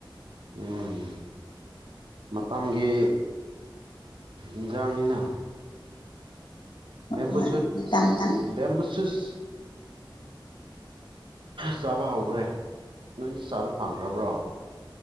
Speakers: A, on the right; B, on the left.
A: ꯎꯝ ꯃꯇꯝꯒꯤ ꯏꯟꯖꯥꯡꯅꯤꯅ ꯕꯦꯦꯝꯕꯨꯆꯠ
B: ꯍꯣꯏ ꯃꯇꯝ ꯃꯇꯝ
A: ꯕꯦꯦꯝꯕꯨꯆꯨꯁ ꯆꯥꯕ ꯍꯧꯈ꯭ꯔꯦ ꯅꯣꯏꯗꯤ ꯆꯥꯕ ꯐꯪꯈ꯭ꯔꯕ꯭ꯔꯣ